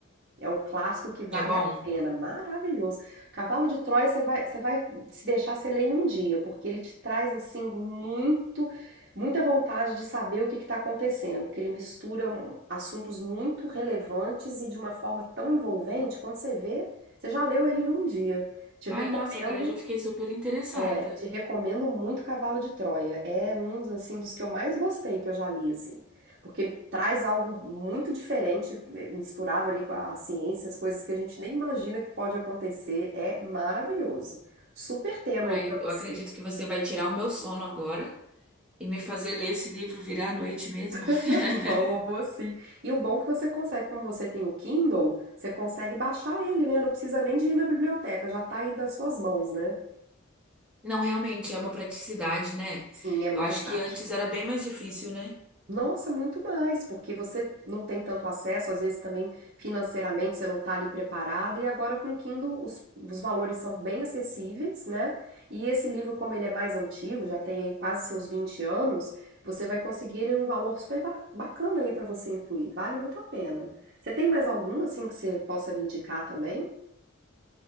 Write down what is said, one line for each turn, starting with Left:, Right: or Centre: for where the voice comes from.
Right: É um clássico que vale
Centre: É bom.
Right: a pena, maravilhoso. Cavalo de Troia você vai você vai se deixar você lê em um dia, porque ele te traz assim muito muita vontade de saber o que está acontecendo, porque ele mistura um- assuntos muito relevantes e de uma forma tão envolvente, quando você vê, você já leu ele num dia. Te recomendo
Centre: Ai, nossa, agora eu já fiquei super interessada.
Right: é, te recomendo muito Cavalo de Troia. É um dos, assim, dos que eu mais gostei que eu já li, assim. Porque traz algo muito diferente, eh, misturado ali com a ciência, as coisas que a gente nem imagina que pode acontecer. É maravilhoso. Super tema
Centre: Ai,
Right: aí pra
Centre: eu
Right: você.
Centre: acredito que você vai tirar o meu sono agora e me fazer ler esse livro virar a noite mesmo. <laughs>
Right: <laughs> Vou, vou sim. E o bom é que você consegue, como você tem o Kindle, você consegue baixar ele, né? Não precisa nem de ir na biblioteca, já tá aí nas suas mãos, né?
Centre: Não, realmente é uma praticidade, né?
Right: Sim, é muito
Centre: Eu acho
Right: prático.
Centre: que antes era bem mais difícil, né?
Right: Nossa, muito mais, porque você não tem tanto acesso, às vezes também financeiramente você não está ali preparado, e agora com o Kindle os, os valores são bem acessíveis, né? E esse livro, como ele é mais antigo, já tem aí quase seus 20 anos, você vai conseguir ele num valor super bacana aí para você incluir, vale muito a pena. Você tem mais algum assim que você possa me indicar também?